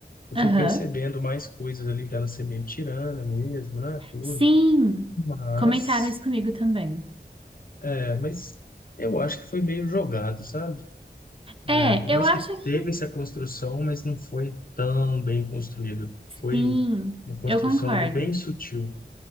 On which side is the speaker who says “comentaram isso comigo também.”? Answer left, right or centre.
Right